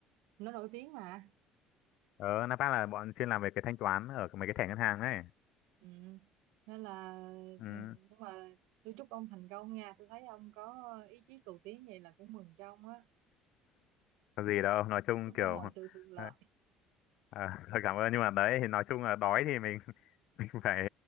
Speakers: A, on the right; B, on the left.
A: nó nổi tiếng mà
B: ờ Napat là bọn chuyên làm về cái thanh toán ở mấy cái thẻ ngân hàng ấy
A: ừ nên là
B: ừ,
A: ừ, nhưng mà tôi chúc ông thành công nha tôi thấy ông có ý chí cầu tiến vậy là cũng mừng cho ông á
B: có gì đâu nói chung
A: chúc
B: kiểu
A: ông mọi sự thuận lợi
B: ờ, à, <laughs> cảm ơn nhưng mà đấy thì nói chung là đói thì mình <laughs> mình phải